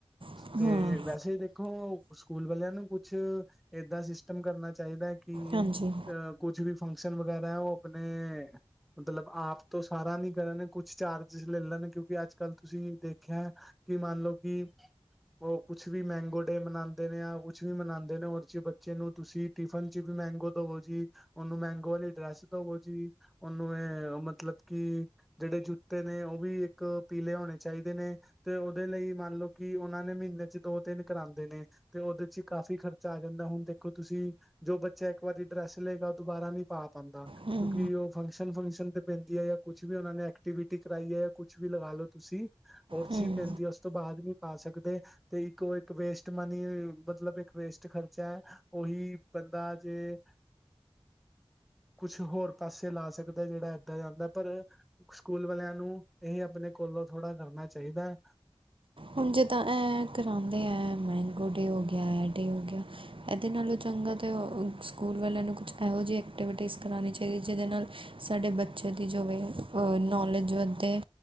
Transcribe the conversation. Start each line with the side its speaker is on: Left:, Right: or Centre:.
Right: ਹੂੰ
Centre: ਤੇ ਵੈਸੇ ਦੇਖ ਥੋ ਸਕੂਲ ਵਲਿਆਂ ਨੂੰ ਕੁਛ ਏਦਾਂ ਸਿਸਟਮ ਕਰਨਾ ਚਾਈਦਾ ਕੀ
Right: ਹਾਂਜੀ
Centre: ਅਹ ਕੁਛ ਵੀ ਫੰਕਸ਼ਨ ਵਗੈਰਾ ਏ, ਓ ਆਪਣੇ ਮਤਲਬ ਆਪ ਤੋਂ ਸਾਰਾ ਨੀ ਕਰਨ ਕੁਛ ਚਾਰਜਿਜ ਲੈ ਲੈਣ ਕਿਉਂਕਿ ਅੱਜ-ਕੱਲ ਤੁਸੀਂ ਦੇਖਿਆ। ਕੀ ਮਨ ਲਓ ਕੀ ਓ ਕੁਛ ਵੀ ਮੈਂਗੋ ਡੇ ਮਨਾਂਦੇ ਨੇ ਆ ਕੁਛ ਵੀ ਮਨਾਂਦੇ ਨੇ ਔਰ'ਚ ਬੱਚੇ ਨੂੰ ਤੁਸੀਂ ਟਿਫਨ ਚ ਵੀ ਮੈਂਗੋ ਦਵੋ ਜੀ, ਓਨੂੰ ਮੈਂਗੋ ਵਾਲੀ ਡਰੈਸ ਦਵੋ ਜੀ। ਓਨੂੰ ਏ ਮਤਲਬ ਕੀ ਜੇੜੇ ਜੁੱਤੇ ਨੇ ਓ ਵੀ ਇੱਕ ਪੀਲੇ ਹੋਣੇ ਚਾਈਦੇ ਨੇ। ਤੇ ਓਦੇ ਲਈ ਮੰਨ ਲਓ, ਕਿ ਓਨਾਂ ਨੇ ਮੀਨੇ ਚ ਦੋ ਤਿੰਨ ਕਰਾਂਦੇ ਨੇ। ਤੇ ਉਹਦੇ ਚ ਕਾਫ਼ੀ ਖਰਚਾ ਆ ਜਾਂਦਾ ਹੁਣ ਦੇਖੋ, ਤੁਸੀ ਜੋ ਬੱਚਾ ਇਕ ਵਾਰੀ ਡਰੈਸ ਲਏਗਾ ਦੁਬਾਰਾ ਨੀ ਪਾਦਾ
Right: ਹੂੰ
Centre: ਕਿਉਕਿ ਉਹ ਫੰਕਸ਼ਨ-ਫੰਕਸ਼ਨ ਤੇ ਪੈਦੀ ਹੈ, ਜਾ ਕੁਛ ਵੀ ਉਹਨਾਂ ਨੇ ਐਕਟੀਵਿਟੀ ਕਰਵਾਈ ਹੈ, ਜਾ ਕੁਛ ਵੀ ਲਗਾ ਲੋੋ ਤੁਸੀ ਓ ਚ
Right: ਹੂੰ
Centre: ਵੀ ਪੈਂਦੀ ਹੈ, ਉਸ ਤੋਂ ਬਾਅਦ ਵਿਚ ਪਾ ਸਕਦੇ, ਤੇ ਇਕ ਉਹ ਇਕ ਵੇਸਟ ਮਨੀ ਮਤਲਬ ਇਕ ਵੇਸਟ ਖਰਚਾ ਹੈ, ਉਹੀ ਬੰਦਾ ਜੇ ਕੁਛ ਹੋਰ ਪੈਸੇ ਲਾ ਸਕਦਾ, ਜਿਹੜਾ ਏਦਾ ਜਾਦਾ। ਪਰ ਸਕੂਲ ਵਾਲਿਆਂ ਨੂੰ ਇਹ ਆਪਣੇ ਕੋਲੋ ਥੋੜ੍ਹਾ ਕਰਨਾ ਚਾਹੀਦਾ।
Right: ਹੁਣ ਜਿੱਦਾਂ ਇਹ ਕਰਾਉਦੇ ਹੈ, ਮੈਗੋ ਡੇ ਹੋ ਗਿਆ ਇਹ ਡੇ ਹੋ ਗਿਆ ਇਹਦੇ ਨਾਲੋ ਚੰਗਾ ਅਤੇ ਸਕੂਲ ਵਾਲਿਆਂ ਨੂੰ ਕੁਛ ਇਹੋ ਜਿਹੀ ਐਕਟੀਵਿਟੀਜ਼ ਕਰਾਉਣੀ ਚਾਹੀਦੀ ਜਿਹਦੇ ਨਾਲ ਸਾਡੇ ਬੱਚੇ ਦੀ ਜੋ ਵੀ ਨੌਲੇਜ ਵੱਧੇ